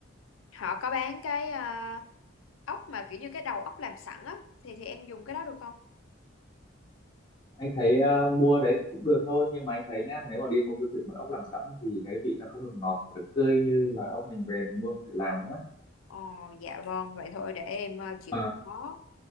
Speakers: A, on the left; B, on the left.
A: Họ có bán cái ờ, ốc mà kiểu như cái đầu ốc làm sẵn á thì thì em dùng cái đó được không?
B: anh thấy ờ, mua đấy thì cũng được thôi nhưng mà anh thấy nhá nếu mà đi mua siêu thị mà ốc làm sẵn thì cái vị nó không được ngọt và được tươi như là ốc mình về mình mua mình tự làm nữa
A: Ồ dạ vâng, vậy thôi để em ờ, chịu
B: À,
A: khó